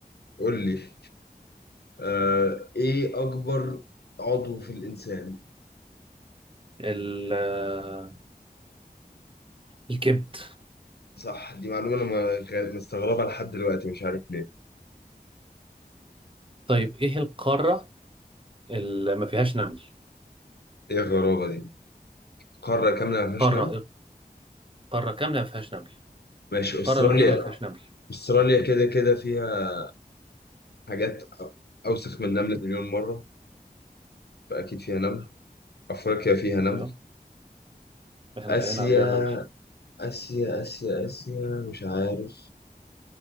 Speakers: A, on the left; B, on the right.
A: قول لي آه ايه اكبر عضو في الانسان
B: ال- آه، الكبد
A: صح دي معلومة أنا مغ- مستغربها لحد دلوقتي مش عارف ليه
B: طيب ايه القارة اللي ما فيهاش نمل
A: إيه الغرابة دي قارة كاملة ما فيهاش
B: قارة
A: نمل
B: قارة كاملة ما فيهاش نمل
A: ماشي
B: القارة
A: أستراليا
B: الوحيدة اللي ما فيهاش نمل
A: أستراليا كده كده فيها حاجات أ- أوسخ من النمل مليون مرة فأكيد فيها نمل أفريقيا فيها نمل
B: ايوه احنا في
A: آسيا
B: هنا عندنا نمل
A: آسيا آسيا آسيا مش عارف